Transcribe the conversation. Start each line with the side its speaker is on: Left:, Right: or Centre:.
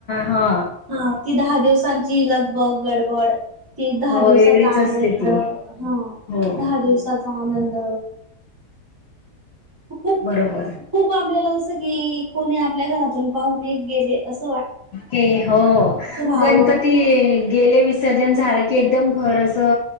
Left: हा
Right: हा ती दहा दिवसांची लगबग गडबड. ती दहा
Left: हो
Right: दिवसाचा
Left: वेगळीच असते
Right: आनंद
Left: ती
Right: हा.
Left: हो
Right: दहा दिवसाचा आनंद. खूप
Left: बरोबर.
Right: खूप आपल्याला की कोणी आपल्या घरातून पाहणे गेले अस.
Left: क हो
Right: राहावं
Left: गणपती. गेले विसर्जन झालं की एकदम घर अस